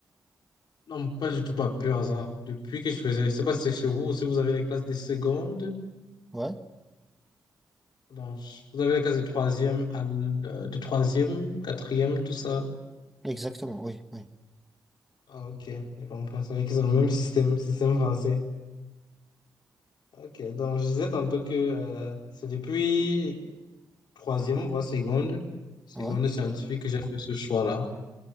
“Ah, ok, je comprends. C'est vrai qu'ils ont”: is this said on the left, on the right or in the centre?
Left